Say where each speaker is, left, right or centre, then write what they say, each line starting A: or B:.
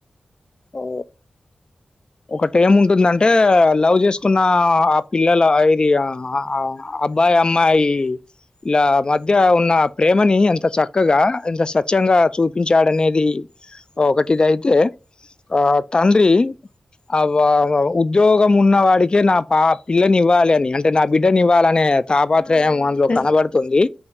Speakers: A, on the left; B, on the left.
A: ఓ ఒకటి ఏముంటుందంటే లవ్ చేసుకున్న ఆ పిల్లల ఇది ఆ ఆ అబ్బాయి అమ్మాయి ఇలా మధ్య ఉన్న ప్రేమని ఎంత చక్కగా ఎంత స్వచ్ఛంగా చూపించాడనేది ఒకటిదైతే ఆ తండ్రి ఆ వ వా ఉద్యోగం ఉన్న వాడికే నా పా పిల్లని ఇవ్వాలి అని అంటే నా బిడ్డని ఇవ్వాలనే తాపాత్రయం
B: ఆ! అవును
A: అందులో
B: సార్
A: కనబడుతుంది